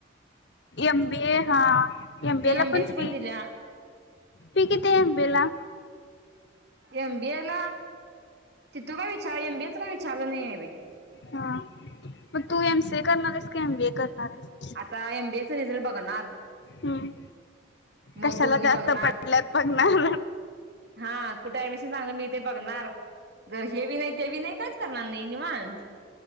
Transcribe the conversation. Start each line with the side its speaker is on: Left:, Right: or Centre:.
Left: एम बी ए हा एम
Right: ती
Left: बी ए ला
Right: एमबीएच
Left: पण फी
Right: दिल्या
Left: फी किती आहे एम बी ए ला?
Right: एम बी ए ला तिथ काय विचार एम बी एच काय विचारलं नाही आहे बाई.
Left: हा मग तू एम सी ए करणार आहेस की? एम बी ए करणार आहेस?
Right: आता एमबीएच रिझल्ट बघणार
Left: हम्म
Right: मग
Left: कशाला
Right: दोन्ही
Left: जास्त
Right: बघणार
Left: पडलेत बघनार
Right: हा. कुठे ऍडमिशन चागलं मिळतंय बघणार जर हे बी नाही ते बीनाही काहीच करणार नाही. निवांत